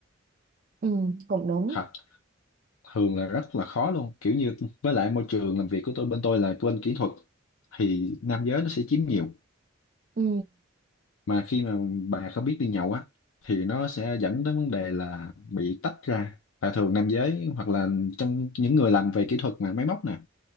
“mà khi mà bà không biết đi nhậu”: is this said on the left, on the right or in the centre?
Left